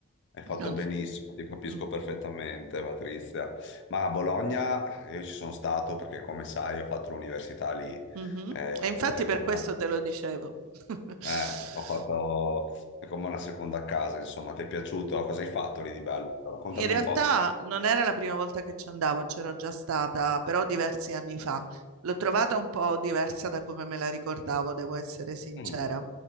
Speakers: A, on the left; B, on the right.
A: Hai fatto
B: Non
A: benissimo,
B: s-
A: ti capisco
B: Mm.
A: perfettamente, Patrizia. Ma a Bologna io ci sono stato perché, come sai, ho fatto l'università lì,
B: Mhm.
A: eh,
B: E infatti per
A: come,
B: questo te lo dicevo. <laughs>
A: eh, ho fatto è come una seconda casa, insomma. Ti è piaciuto? Cosa hai fatto lì di bello? Raccontami
B: In realtà
A: un po'.
B: non era la prima volta che ci andavo, c'ero già stata, però diversi anni fa. L'ho trovata un po' diversa da come me la ricordavo, devo essere sincera.
A: Mm,